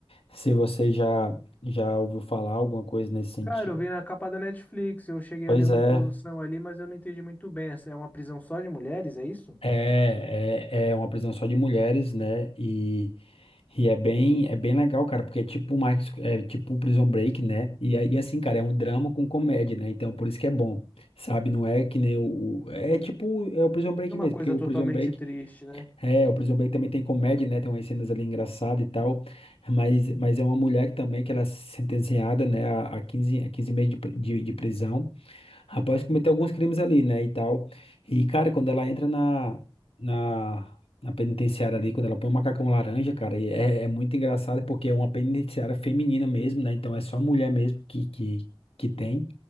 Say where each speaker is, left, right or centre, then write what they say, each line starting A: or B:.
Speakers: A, on the left (about 85°); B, on the left (about 15°).
A: se você já, já ouviu falar alguma coisa nesse sentido.
B: Cara, eu vi na capa da Netflix, eu cheguei
A: Pois
B: a ler uma
A: é,
B: introdução ali, mas eu não entendi muito bem. É uma prisão só de mulheres, é isso?
A: é, é, é uma prisão só de mulheres, né? E, e é bem, é bem legal, cara, porque é tipo Max, é tipo um Prison Break, né? E, aí, assim, cara, é um drama com comédia, né? Então por isso que é bom, sabe? Não é que nem o, o- é tipo, é o Prison Break
B: é Uma
A: mesmo,
B: coisa
A: porque o
B: totalmente
A: Prison Break
B: triste, né?
A: É, o Prison Break também tem comédia, né? Tem umas cenas ali engraçadas e tal. Mas, mas é uma mulher que também que ela é sentenciada, né, a, a 15, a 15 meses de, pri- de, de prisão rapaz cometeu alguns crimes ali, né, e tal. E, cara, quando ela entra na, na, na penitenciária ali, quando ela põe o macacão laranja, cara, e é, é muito engraçado porque é uma penitenciária feminina mesmo, né, então é só mulher mesmo que, que, que tem,